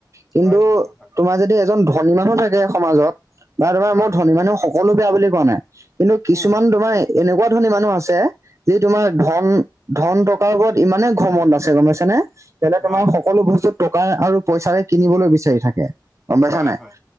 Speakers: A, on the right; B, in the centre.
A: কিন্তু
B: হয় থাকিব হয়
A: তোমাৰ যদি এজন ধনী মানুহ থাকে সমাজত বা তোমাৰ
B: হয়
A: মোৰ ধনী মানুহ সক সকলো বেয়া বুলি কোৱা নাই কিন্তু কিছুমান
B: উম
A: তোমাৰ এনেকুৱা ধণী মানুহ আছে যি তোমাৰ ধন ধন টকাৰ উপৰত ইমানেই ঘমণত আছে গম পাইছে নে। সিহতে
B: হয়
A: তোমাৰ সকলো বস্তু টকাৰ আৰু পইচাৰে কিনিবলৈ বিচাৰি থাকে। গম পাইছা
B: হয়
A: নাই?
B: হয়